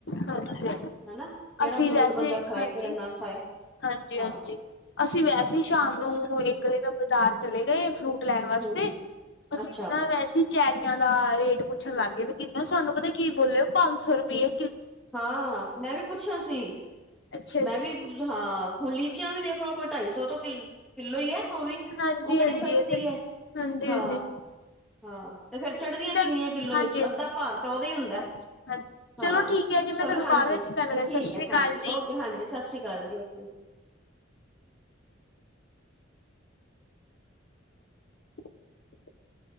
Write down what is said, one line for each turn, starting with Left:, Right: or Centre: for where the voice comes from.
Left: ਹਾਂਜੀ।
Centre: ਹਨਾਂ? ਕਿਹੜਾ
Left: ਅਸੀਂ
Centre: ਫਰੂਟ
Left: ਵੈਸੇ
Centre: ਬੰਦਾ ਖਾਏ
Left: ਹਾਂਜੀ,
Centre: ਕਿਹੜਾ ਨਾ ਖਾਏ।
Left: ਹਾਂਜੀ,
Centre: ਹਾਂ
Left: ਹਾਂਜੀ ਅਸੀਂ ਵੈਸੇ
Centre: ਹਾਂ
Left: ਈ ਸ਼ਾਮ ਨੂੰ ਇੱਕ ਦਿਨ ਬਾਜ਼ਾਰ ਚਲੇ ਗਏ ਫਰੂਟ ਲੈਣ ਵਾਸਤੇ
Centre: ਹੂੰ ਹੂੰ
Left: ਅਸੀਂ
Centre: ਅੱਛਾ
Left: ਨਾ ਵੈਸੇ ਈ ਚੈਰੀਆਂ ਦਾ ਰੇਟ ਪੁੱਛਣ ਲੱਗ ਗਏ ਵੀ ਕਿੰਨੇ, ਸਾਨੂੰ ਪਤਾ ਕੀ ਬੋਲੇ ਪੰਜ ਸੌ
Centre: ਹੂੰ
Left: ਰਪਈਏ।
Centre: ਹਾਂ, ਮੈਂ ਵੀ ਪੁੱਛਿਆ ਸੀ।
Left: ਅੱਛਾ ਜੀ,
Centre: ਮੈਂ ਵੀ ਹਾਂ, ਹੁਣ ਲੀਚੀਆਂ ਵੀ ਦੇਖ ਲੋ, ਕੋਈ ਢਾਈ ਸੌ ਤੋਂ ਕਿਲ ਕਿੱਲੋ ਈ ਏ ਓ ਵੀ।
Left: ਹਾਂਜੀ,
Centre: ਓ ਕਿਹੜੀ
Left: ਹਾਂਜੀ
Centre: ਸਸਤੀ
Left: ਇਹ ਤੇ
Centre: ਏ,
Left: ਹਾਂਜੀ,
Centre: ਹਾਂ।
Left: ਹਾਂਜੀ
Centre: ਹਾਂ ਤੇ ਫੇਰ ਚੜ੍ਹਦੀਆਂ
Left: ਚੱਲ
Centre: ਕਿੰਨੀਆਂ ਕਿੱਲੋ
Left: ਹਾਂਜੀ,
Centre: ਵਿੱਚ, ਅੱਧਾ ਭਾਰ ਤਾਂ ਓਦਾ ਈ ਹੁੰਦਾ।
Left: ਹਾਂਜੀ, ਹਾਂਜੀ,
Centre: ਹਾਂ
Left: ਚਲੋ ਠੀਕ ਏ ਜੀ, ਮੈਂ
Centre: ਚਲੋ
Left: ਤਾਨੂੰ
Centre: ਹਾਂਜੀ
Left: ਬਾਅਦ ਵਿੱਚ ਗਲ ਕਰਾ
Centre: ਠੀਕ
Left: ਸਤਿ ਸ੍ਰੀ
Centre: ਹੈ
Left: ਅਕਾਲ
Centre: ਹਾਂਜੀ
Left: ਜੀ।
Centre: ਓਕੇ ਹਾਂਜੀ, ਸਤ ਸਤਿ ਸ੍ਰੀ ਅਕਾਲ ਜੀ। Okay, okay.
Left: <inaudible>